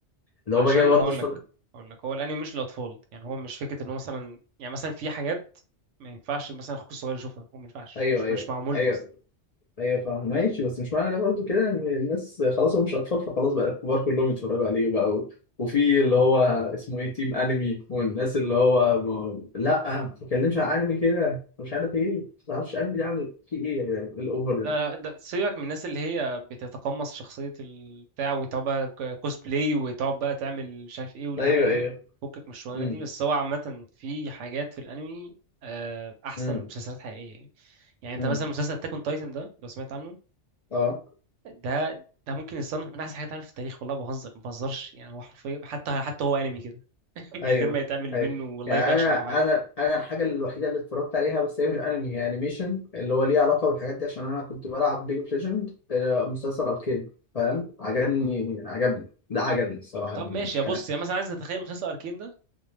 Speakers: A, on the left (about 45°); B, on the right (about 80°).
A: اللي
B: عشان
A: هو باجي برضه
B: هقول
A: اتفرج
B: لك هقول لك هو الانمي مش للاطفال يعني هو مش فكره انه مثلا يعني مثلا في حاجات ما ينفعش مثلا اخوك الصغير يشوفها هو ما ينفعش
A: ايوه
B: مش
A: ايوه
B: مش معمول
A: ايوه
B: له اصلا
A: ايوه فاهم ماشي بس مش معنى ده برضو كده ان الناس خلاص هم مش اطفال فخلاص بقى الكبار كلهم يتفرجوا عليه بقى و... وفي اللي هو اسمه ايه تيم انمي والناس اللي هو م... لا ما تتكلمش عن انمي كده مش عارف ايه ما تعرفش انمي ده عامل فيه ايه يا جدعان إيه الاوفر
B: لا
A: ده
B: لا ده سيبك من الناس اللي هي بتتقمص شخصية البتاع وتقعد بقى كوسبلاي وتقعد بقى تعمل مش عارف ايه والهبل
A: ايوه
B: ده
A: ايوه
B: فكك من الشغلانة
A: امم
B: دي بس هو عامة في حاجات في الأنمي آه، أحسن
A: امم
B: من مسلسلات حقيقية يعني يعني أنت
A: امم
B: مثلا مسلسل أتاك أون تايتن ده لو سمعت عنه
A: اه
B: ده ده ممكن يصنف من أحسن حاجات اتعملت في التاريخ والله ما بهزر ما بهزرش يعني هو حرفيا حتى حتى هو أنمي كده <laughs>
A: ايوه
B: من غير ما يتعمل
A: ايوه
B: منه لايف
A: يعني
B: أكشن
A: انا
B: أو حاجة
A: انا انا الحاجه الوحيده اللي اتفرجت عليها بس هي مش انمي هي انيميشن اللي هو ليه علاقه بالحاجات دي عشان انا كنت بلعب ليج اوف ليجند مسلسل اركين فاهم عجبني عجبني ده عجبني الصراحه
B: طب ماشي يا
A: كان
B: بص يا مثلا عايز تتخيل مسلسل أركين ده